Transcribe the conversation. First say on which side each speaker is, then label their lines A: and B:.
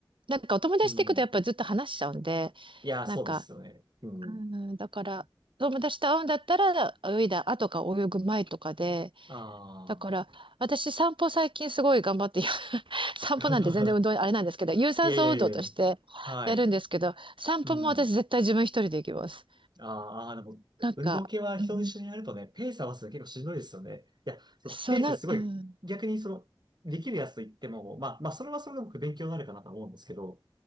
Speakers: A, on the right (about 75°); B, on the right (about 55°).
A: なんかお友達と行くとやっぱずっと話しちゃうんで、
B: うん。いや、そうですよね。
A: なんか、
B: うん。
A: うん、だから、友達と会うんだったら、泳いだ後か泳ぐ前とかで、
B: あ
A: だから、私散歩最近すごい頑張って、いや <laughs> 散歩なんて全然運動あれなんですけど、
B: あ。<laughs>
A: 有酸素運動としてやるんですけど、
B: いやいやいやいや。はい。
A: 散歩も私絶対自分一人で行きます。
B: うん。あーあー、でも、
A: なんか、
B: 運動系は人と一緒にやるとね、
A: うん、
B: ペース合わせるの結構しんどいですよね。いや、そう、
A: そうな、
B: ペースすごい、
A: うん、
B: 逆にその、できるやつと言っても、まあ、まあ、それはそれでも勉強になるかなと思うんですけど、